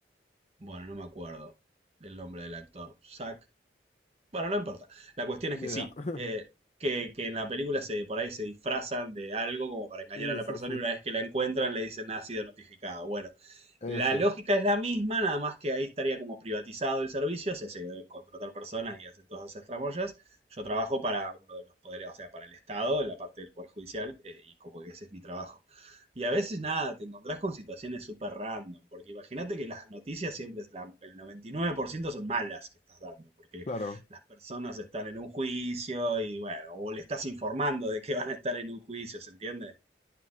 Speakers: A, on the right; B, on the left.
A: bueno, no me acuerdo el nombre del actor. Zac Bueno, no importa. La cuestión es
B: Ni
A: que
B: idea.
A: sí,
B: <laughs>
A: eh, que, que en la película se, por ahí se disfrazan de algo como para engañar
B: Sí,
A: a la
B: sí,
A: persona
B: sí.
A: y una vez que la encuentran le dicen "Ah, ha sido notificado. Bueno,
B: Eso,
A: la lógica es la misma, nada más que ahí estaría como privatizado el servicio, o sea, se deben contratar personas y hacen todas esas tramoyas. Yo trabajo para uno de los poderes, o sea, para el Estado, en la parte del Poder Judicial, eh, y como que ese es mi trabajo. Y a veces nada, te encontrás con situaciones súper random, porque imagínate que las noticias siempre, es la- el 99% son malas que estás dando, porque
B: claro.
A: las personas están en un juicio y bueno, o le estás informando de que van a estar en un juicio, ¿se entiende?